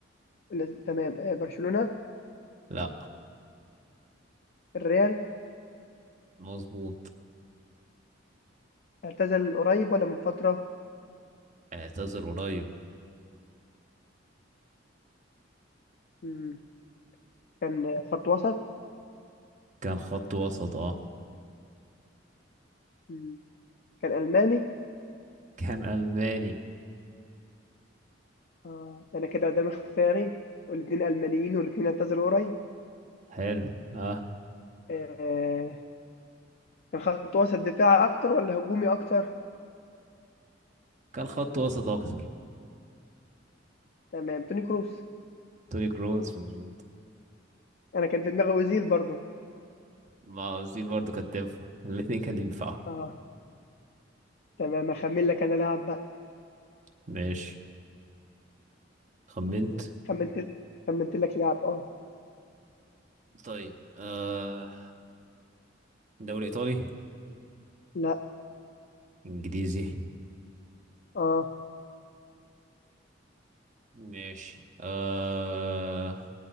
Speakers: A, on the left (about 55°); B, on the right (about 40°).
A: لازم تمام آه، برشلونة
B: لا
A: الريال
B: مظبوط
A: اعتزل قريب ولا من فترة
B: اعتذر قريب
A: مم. كان خط وسط
B: كان خط وسط اه
A: مم. كان ألماني
B: كان ألماني
A: آه. أنا كده قدامي اختيارين والاتنين ألمانيين والاتنين اعتزلوا قريب
B: حلو اه
A: آه. كان خط وسط دفاعي أكتر ولا هجومي أكتر
B: كان خط وسط أكتر
A: تمام توني كروس
B: توني كروس مظبوط.
A: أنا كان في دماغي أوزيل برضه
B: موازير برضو كانت تنفع <laughs> الاتنين كان ينفعوا
A: اه تمام أخمن لك أنا لاعب بقى
B: ماشي خمنت
A: تمام خمنت خمنت لك لاعب اه
B: طيب آه دوري ايطالي
A: لا
B: انجليزي
A: اه
B: ماشي آه